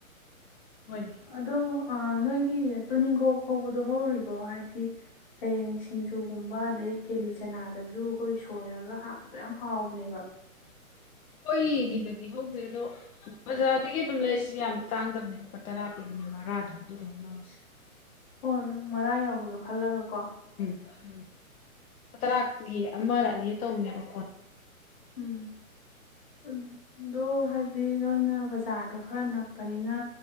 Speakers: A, on the left (about 80°); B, on the left (about 40°).
A: ꯍꯣꯏꯅꯦ
B: ꯑꯗꯣ ꯅꯣꯏꯒꯤ ꯇꯨꯅꯤꯡꯈꯣꯛ ꯍꯧꯕꯗꯣ ꯍꯧꯔꯤꯕꯣ ꯍꯥꯏꯗꯤ ꯍꯌꯦꯡ ꯁꯤꯡꯖꯨꯒꯨꯝꯕ ꯑꯗꯩ ꯀꯦꯂꯤ ꯆꯅꯥꯗꯖꯨ ꯑꯩꯈꯣꯏ ꯁꯣꯏꯔꯒ ꯍꯥꯞꯄꯗꯣ ꯌꯥꯝ ꯍꯥꯎꯕꯅꯦꯕ
A: ꯑꯩꯈꯣꯏꯒꯤꯗꯗꯤ ꯍꯧꯗ꯭ꯔꯦ ꯑꯗꯣ ꯕꯖꯥꯔꯗꯒꯤ ꯑꯗꯨꯝ ꯂꯩꯔꯤꯁꯤ ꯌꯥꯝ ꯇꯥꯡꯗꯕꯅꯦ ꯂꯨꯄꯥ ꯇꯔꯥ ꯄꯤꯕꯅꯦ ꯃꯔꯥꯗꯣ ꯑꯗꯨꯗꯝ ꯂꯧꯔꯁꯤ
B: ꯍꯣꯏ ꯃꯔꯥ ꯌꯥꯎꯕꯗ ꯈꯜꯂꯒꯀꯣ
A: ꯎꯝ ꯂꯨꯄꯥ ꯇꯔꯥꯒꯤ ꯑꯃꯔ ꯑꯅꯤ ꯇꯧꯅꯦꯕ
B: ꯎꯝ ꯎꯝ ꯑꯗꯣ ꯍꯥꯏꯗꯤ ꯅꯣꯏꯅ ꯕꯖꯥꯔꯗꯣ ꯈꯔ ꯅꯛ ꯄꯅꯤꯅ